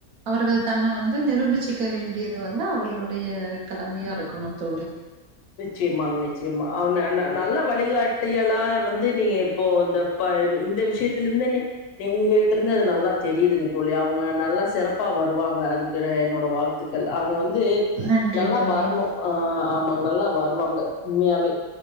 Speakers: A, on the right; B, on the left.
A: அவர்கள் தன்ன வந்து நிரூபிச்சுக்க வேண்டியது வந்து அவர்களுடைய கடமையா இருக்கணு தோழி
B: நிச்சயமாங்க நிச்சயமா. அவ ந ந நல்ல வழிகாட்டியலா வந்து நீங்க இப்போ இந்த ப இந்த விஷயத்தில் இருந்தே நீ நீங் உங்ககிட்ட இருந்து அது நல்லா தெரியுதுங் தோழி அவுங்க நல்லா சிறப்பா வருவாங்க அதுக்கு என்னோட வாழ்த்துக்கள் அவுங்க வந்து து
A: நன்றி
B: நல்லா
A: தோழி
B: வரணு அ நல்லா வருவாங்க உண்மையாவே